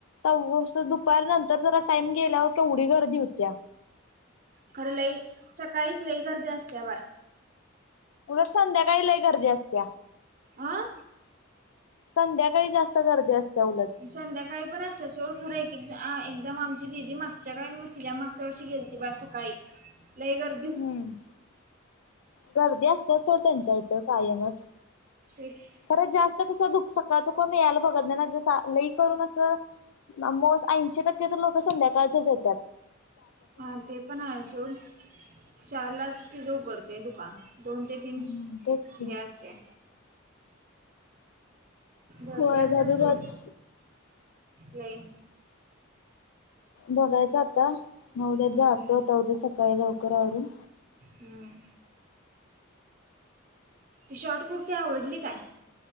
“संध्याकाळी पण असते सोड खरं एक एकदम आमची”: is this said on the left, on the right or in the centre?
Right